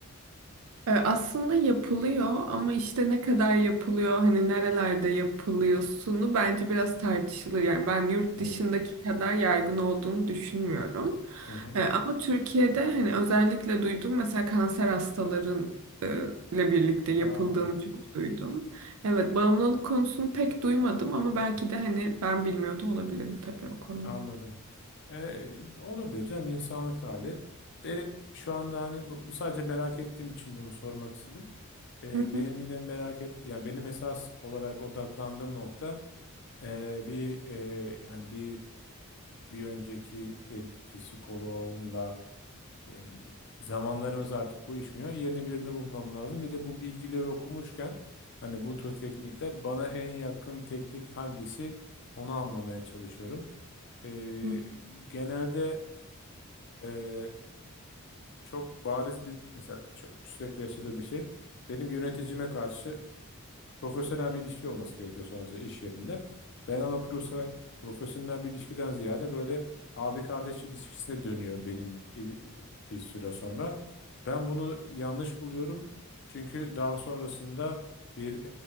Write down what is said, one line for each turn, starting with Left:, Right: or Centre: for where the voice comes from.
Right: E, Aslında yapılıyor ama işte ne kadar yapılıyor hani nerelerde yapılıyorsunu bence biraz tartışılır. Yani ben yurt
Left: Hmm.
Right: dışındaki kadar yaygın olduğunu düşünmüyorum.
Left: Hı hı.
Right: E, Ama Türkiye'de hani özellikle duydum mesela kanser hastaların e, ile birlikte yapıldığını
Left: Aa,
Right: çok duydum. Evet bağımlılık konusunu pek duymadım ama belki de hani ben bilmiyor da olabilirim tabii o konuyu.
Left: anladım. E, olabilir canım insanlık hali. Benim şu anda hani bu, bu sadece merak ettiğim için bunu sormak istedim. E,
Right: <laughs> Hı hı,
Left: benim yine merak et yani benim esas olarak odaklandığım nokta e, bir e, yani bir bir önceki e, psikoloğumla e, zamanlarımız artık uyuşmuyor. Yerine birini bulmam lazım. Bir de bu bilgileri okumuşken hani bu tür teknikler bana en yakın teknik hangisi onu anlamaya çalışıyorum. E,
Right: hı hı,
Left: genelde e, çok bariz bir mesela çok, sürekli yaşadığım bir şey. Benim yöneticime karşı profesyonel bir ilişki olması gerekiyor sonrasında iş yerinde. Ben ama profesyonel, profesyonel bir ilişkiden ziyade böyle abi kardeş ilişkisine dönüyor benim il- bir süre sonra. Ben bunu yanlış buluyorum. Çünkü daha sonrasında bir